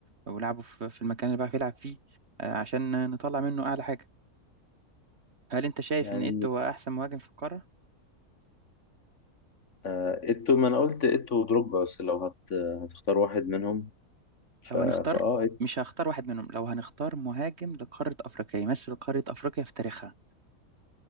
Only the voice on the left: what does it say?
يعني
آه، إيتو ما أنا قلت إيتو ودروجبا بس لو هت... هتختار واحد منهم ف...
فأه
إيتو